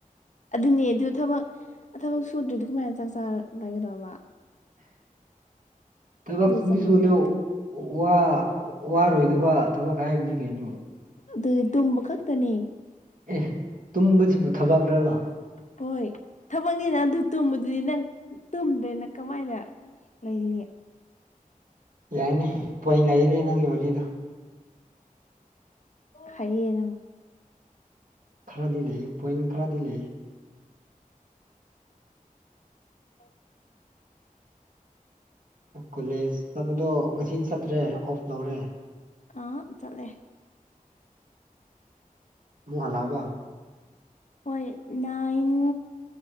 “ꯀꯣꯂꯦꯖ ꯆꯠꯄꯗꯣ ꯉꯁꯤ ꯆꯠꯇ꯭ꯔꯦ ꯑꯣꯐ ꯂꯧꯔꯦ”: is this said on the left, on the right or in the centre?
Right